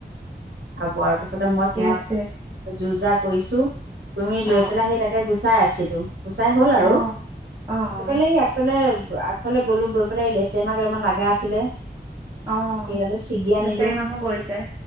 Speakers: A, on the right (about 70°); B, on the right (about 20°).
A: হ'ব আৰু তাপিছতে
B: ঠিকে
A: মই সিহঁত
B: আছে
A: যুজাক কৈছো তুমি লৈ
B: অ',
A: পেলাই সেই তাকে গুচি চাই আছিলো। গুচাঁই হ'ল আৰু
B: অ', অ', অ',
A: সেইফালে ই আগফালে আগফালে গলো গৈ পেলাই লেচেমা কেইটামান লাগা আছিলে।
B: অঁ
A: সেইয়ালো ছিগি আনিলো
B: লেচাৰী মাহো কৰিছে।